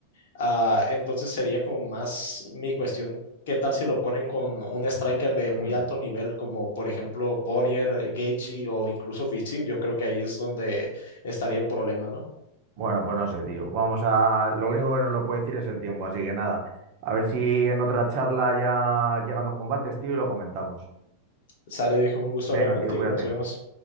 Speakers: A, on the left; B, on the right.
A: Ah, entonces sería como más mi cuestión, ¿qué tal si lo ponen con un striker de muy
B: hmm.
A: alto nivel, como por ejemplo Poirier, eh, Gaethje o incluso Fitsip? Yo creo que ahí es donde estaría el problema, ¿no?
B: Bueno, pues no sé, tío. Vamos a. Lo único que nos lo puede decir es el tiempo, así que nada. A ver si en otra charla ya llegan los combates, tío, y lo comentamos.
A: Sale, viejo, un gusto
B: Venga,
A: hablar contigo,
B: tío, cuídate.
A: nos vemos.